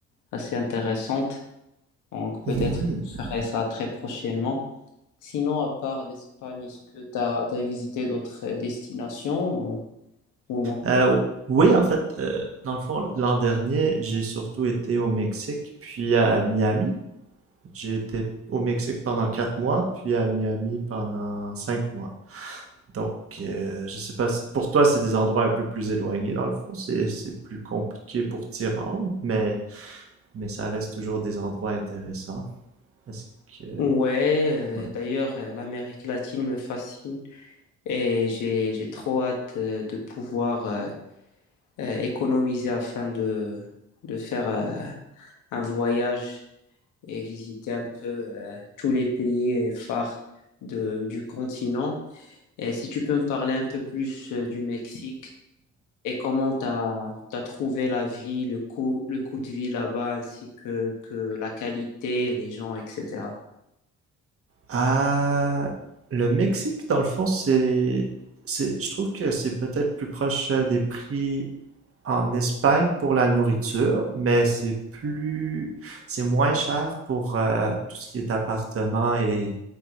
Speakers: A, on the left (about 80°); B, on the right (about 50°).
A: assez intéressante. Donc peut-être
B: Ouais. <laughs>
A: que je ferai ça très prochainement. Sinon, à part l'Espagne, est-ce que tu as, visité d'autres euh, destinations ou, ou non?
B: Euh, oui, en fait, euh, dans le fond, l'an dernier, j'ai surtout été au Mexique, puis à Miami. J'ai été au Mexique pendant quatre mois, puis à Miami pendant cinq mois. Donc, euh, je sais pas, si- pour toi, c'est des endroits un peu plus éloignés, dans le fond. C'est, c'est plus compliqué pour t'y rendre, mais, mais ça reste toujours des endroits intéressants. Parce que,
A: Ouais,
B: ouais.
A: euh, d'ailleurs, euh, l'Amérique latine me fascine. et j'ai, j'ai trop hâte euh, de pouvoir euh, euh, économiser afin de, de faire euh, un voyage et visiter un peu euh, tous les pays euh, phares de, du continent. Et si tu peux me parler un peu plus euh, du Mexique et comment tu as, trouvé la vie, le coût, le coût de vie là-bas, ainsi que, que la qualité, les gens, etc.
B: Ah, le Mexique, dans le fond, c'est, c'est, je trouve que c'est peut-être plus proche euh, des prix en Espagne pour la nourriture, mais c'est plus, c'est moins cher pour euh, tout ce qui est appartement et